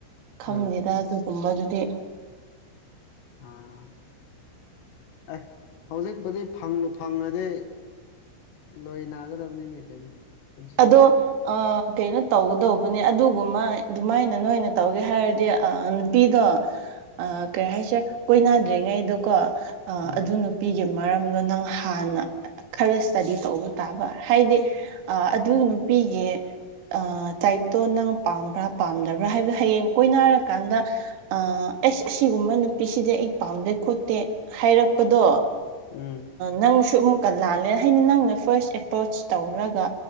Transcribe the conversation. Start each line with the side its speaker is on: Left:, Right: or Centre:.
Right: ꯈꯪꯗꯦꯗꯥ
Left: ꯎꯝ
Right: ꯑꯗꯨꯒꯨꯝꯕꯗꯨꯗꯤ
Left: ꯑꯥ ꯑꯩ ꯍꯧꯖꯤꯛꯄꯨꯗꯤ ꯐꯪꯕꯨ ꯐꯪꯉꯥꯗꯤ ꯂꯣꯏ ꯅꯒꯗꯝꯅꯤꯅꯦ ꯀꯩꯅꯣ ꯄꯨꯟꯁꯤ
Right: ꯑꯗꯣ ꯑ ꯀꯩꯅꯣ ꯇꯧꯒꯗꯧꯕꯅꯦ ꯑꯗꯨꯒꯨꯝꯃꯥꯏ ꯑꯗꯨꯃꯥꯏꯅꯥ ꯅꯣꯏꯅ ꯇꯧꯒꯦ ꯍꯥꯏꯔꯗꯤ ꯑ ꯅꯨꯄꯤꯗꯣ
Left: <inaudible>
Right: ꯑ ꯀꯩ ꯍꯥꯏꯁꯤꯔꯥ ꯀꯣꯏꯅꯗ꯭ꯔꯤꯉꯩꯗꯨꯀꯣ ꯑ
Left: ꯎꯝ
Right: ꯑꯗꯨ ꯅꯨꯞ ꯄꯤꯒꯤ ꯃꯔꯝꯗ ꯅꯪ ꯍꯥꯟꯅ ꯈꯔ ꯏꯁꯇꯗꯤ ꯇꯧꯕ ꯇꯥꯕ ꯍꯥꯏꯗꯤ ꯑ ꯑꯗꯨ ꯅꯨꯄꯤꯒꯤ ꯑ ꯇꯥꯏꯞꯇꯣ ꯅꯪ ꯄꯥꯝꯕ꯭ꯔꯥ ꯄꯥꯝꯗꯕ꯭ꯔꯥ ꯍꯥꯏꯕꯗꯣ ꯍꯌꯦꯡ ꯀꯣꯏꯅꯔꯀꯥꯟꯗꯥ ꯑ ꯑꯁ ꯑꯁꯤꯒꯨꯝꯕꯥ ꯅꯨꯄꯤꯁꯤꯗꯤ ꯑꯩ ꯄꯥꯝꯗꯦ ꯈꯣꯠꯇꯦ ꯍꯥꯏꯔꯛꯄꯗꯣ
Left: ꯎꯝ
Right: ꯅꯪꯁꯨ ꯑꯃꯨꯛꯀ ꯂꯥꯜꯂꯦ ꯍꯥꯏꯗꯤ ꯅꯪꯅ ꯐꯥꯔꯁ ꯑꯦꯄ꯭ꯔꯣꯆ ꯇꯧꯔꯒꯥ